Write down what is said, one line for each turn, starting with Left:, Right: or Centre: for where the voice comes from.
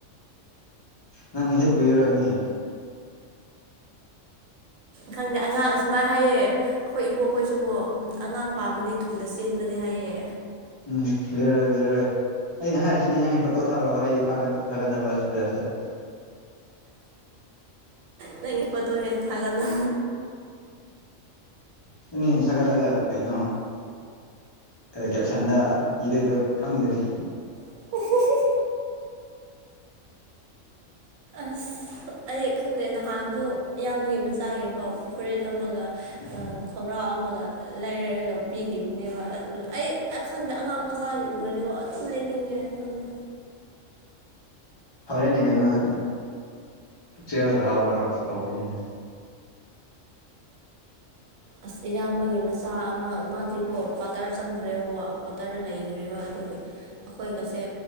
Left: ꯅꯪ ꯏꯁꯩ ꯀꯨꯏꯔꯔꯣꯏꯅꯦ
Right: ꯈꯪꯗꯦ ꯑꯉꯥꯡ ꯑꯁꯨꯃꯥꯏ ꯍꯥꯏꯌꯦ ꯑꯈꯣꯏ ꯏꯕꯣꯛꯈꯣꯏꯁꯨꯀꯣ ꯑꯉꯥꯡ ꯄꯥꯝꯃꯗꯤ ꯊꯨꯅ ꯆꯦꯟꯕꯅꯦ ꯍꯥꯏꯌꯦ
Left: ꯎꯝ ꯀꯨꯔꯔꯣꯏ ꯀꯨꯏꯔꯔꯣꯏ ꯑꯩꯅ ꯍꯥꯏꯔꯤꯁꯤꯅꯤꯅ ꯑꯩ ꯐꯣꯇꯣ ꯊꯥꯔꯛꯑꯣ ꯑꯩꯒꯠ ꯊꯥꯒꯠꯅꯕꯁꯇ
Right: ꯅꯪꯒꯤ ꯐꯣꯇꯣ ꯍꯦꯛ ꯊꯥꯒꯠꯂꯣ
Left: <unintelligible> ꯁꯥꯒꯠꯂꯒ ꯀꯩꯅꯣ ꯀꯦꯞꯁꯟꯗ ꯏꯗꯣꯏꯗꯣ ꯈꯪꯉꯤꯗꯨꯣꯏꯅꯤ
Right: <unintelligible> ꯑꯁ ꯑꯩ ꯈꯪꯗꯦ ꯅꯍꯥꯟꯁꯨ ꯏꯌꯥꯝꯕꯒꯤ ꯃꯆꯥꯒꯤꯀꯣ ꯐꯨꯔꯤꯠ ꯑꯃꯒ
Left: <unintelligible>
Right: ꯈꯣꯡꯒ꯭ꯔꯥꯎ ꯑꯃꯒ ꯂꯩꯔꯒ ꯄꯤꯈꯤꯕꯅꯦꯕ ꯑꯗꯨ ꯑꯩ ꯑꯈꯪꯗ ꯑꯉꯥꯡ ꯃꯥꯒꯤ ꯎꯔꯗꯤꯀꯣ ꯑꯗꯨꯝ ꯂꯩꯅꯤꯡꯉꯦꯅ ꯈꯪꯗꯦ
Left: ꯐꯔꯦꯅꯦ ꯀꯩꯅꯣ ꯑꯗꯨꯠ ꯄꯨꯛꯆꯦꯜ <unintelligible> ꯀꯧꯒꯅꯤꯅꯦ
Right: ꯑꯁ ꯏꯌꯥꯝꯕꯒꯤ ꯃꯆꯥ ꯑꯃ ꯃꯥꯗꯤꯀꯣ ꯀ꯭ꯋꯥꯇꯔ ꯆꯪꯒꯔꯦꯕꯀꯣ ꯀ꯭ꯋꯥꯇꯔꯗ ꯂꯩꯈ꯭ꯔꯦꯕ ꯑꯗꯨꯒꯤ ꯑꯩꯈꯣꯏꯒꯁꯦ